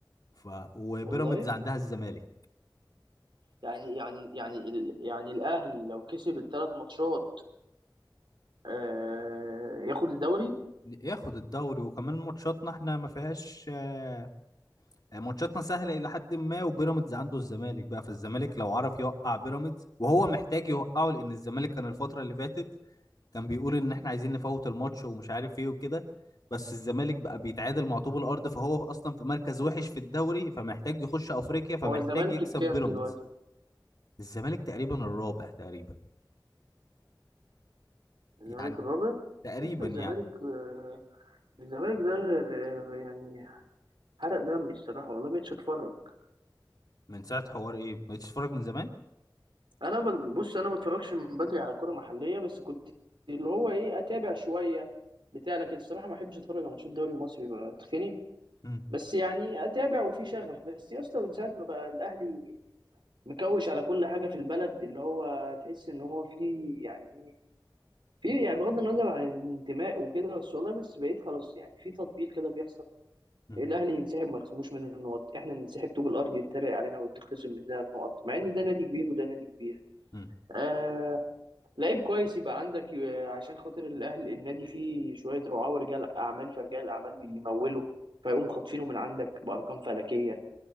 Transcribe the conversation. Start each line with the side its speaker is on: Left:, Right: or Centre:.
Left: ف وبيراميدز
Right: والله
Left: عندها الزمالك
Right: يعني يعني يعني ال... يعني الأهلي لو كسب الثلاث ماتشات آه... ياخد الدوري
Left: ياخد الدوري وكمان ماتشاتنا احنا ما فيهاش آه، ماتشاتنا سهله الى حد ما وبيراميدز عنده الزمالك بقى فالزمالك لو عرف يوقع بيراميدز وهو محتاج يوقعه لان الزمالك كان الفتره اللي فاتت كان بيقول ان احنا عايزين نفوت الماتش ومش عارف ايه وكده بس الزمالك بقى بيتعادل مع طوب الارض فهو اصلا في مركز وحش في الدوري فمحتاج يخش افريقيا فمحتاج
Right: هو الزمالك
Left: يكسب
Right: الكام
Left: بيراميدز
Right: دلوقتي؟
Left: الزمالك تقريبا الرابع تقريبا
Right: الزمالك
Left: يعني
Right: الرابع؟
Left: تقريبا
Right: يا أسطى الزمالك
Left: يعني
Right: آه، الزمالك ده غ- غ- يعني حرق دمي الصراحة والله مبقتش أتفرج
Left: من ساعه حوار ايه ما بقتش تتفرج من زمان
Right: أنا ب... بص أنا ما بتفرجش من بدري على كرة محلية بس كنت اللي هو إيه أتابع شوية بتاع لكن الصراحة ما بحبش أتفرج على ماتشات الدوري المصري بتخنق
Left: مم.
Right: بس يعني اتابع وفي شغف بس يا اسطى من ساعه ما بقى الاهلي مكوش على كل حاجه في البلد اللي هو تحس ان هو في يعني في يعني بغض النظر عن الانتماء وكده بس والله بس بقيت خلاص يعني في تطبيل كده بيحصل
Left: مم.
Right: الاهلي ينسحب ما يخصموش منه النقط احنا ننسحب طوب الارض يتريق علينا ويتخصم مننا النقط مع ان ده نادي كبير وده نادي كبير
Left: مم.
Right: آه لعيب كويس يبقى عندك آه، عشان خاطر الاهلي النادي فيه شويه رعاه ورجال اعمال فرجال اعمال بيمولوا فيقوموا خاطفينه من عندك بارقام فلكيه